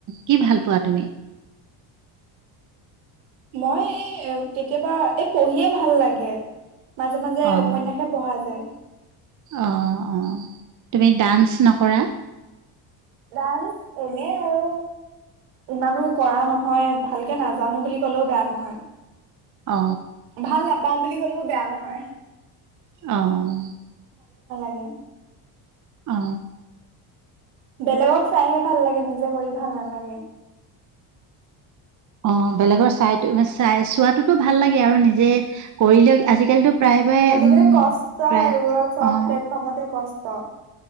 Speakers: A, on the right; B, on the right.
A: কি ভাল পোৱা তুমি
B: মই এই কেতিয়াবা এই পঢ়িয়ে ভাল লাগে মাজে মাজে
A: অ',
B: উপন্যাসে পঢ়া যায়
A: অ অ তুমি ডান্স নকৰা
B: ডানস এনে আৰু ইমানো কৰা নহয় ভালকে নাজানো বুলি ক'লেও বেয়া নহয়
A: অ
B: ভাল নাপাওঁ বুলি কলেও বেয়া নহয়
A: আহ
B: দিয়ে
A: অ
B: বেলেগক চাইহে ভাল লাগে নিজে কৰি ভাল নালাগে
A: অ বেলেগৰ চাইো চাই চোৱাতোতো ভাল লাগে আৰু নিজে কৰিলে আজিকালিতো প্ৰায়বাই
B: আজিকালি
A: উম,
B: কষ্ট
A: প্ৰায়
B: এইবোৰত চব
A: অ',
B: প্লেটফৰ্মতে কষ্ট কু্ত